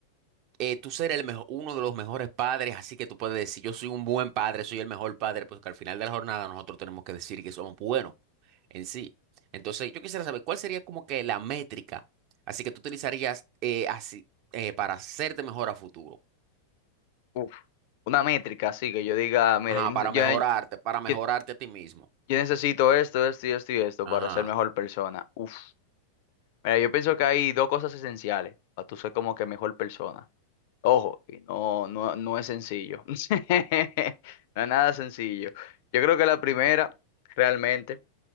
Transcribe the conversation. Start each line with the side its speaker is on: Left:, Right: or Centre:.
Right: eh, tú ser el mejor, uno de los mejores padres, así que tú puedes decir, yo soy un buen padre, soy el mejor padre, pues que al final de la jornada nosotros tenemos que decir que somos buenos en sí. Entonces, yo quisiera saber cuál sería como que la métrica, así que tú utilizarías eh, así eh, para hacerte mejor a futuro.
Left: Uf, una métrica así que yo diga, mira,
Right: Ajá,
Left: yo,
Right: para
Left: yo-
Right: mejorarte, para mejorarte
Left: yo-
Right: a ti mismo.
Left: Yo necesito esto, esto y esto y esto
Right: Ajá,
Left: para ser mejor persona. Uf. Mira, yo pienso que hay dos cosas esenciales para tú ser como que mejor persona. Ojo, y no, no, no es sencillo. <laughs> No es nada sencillo. Yo creo que la primera realmente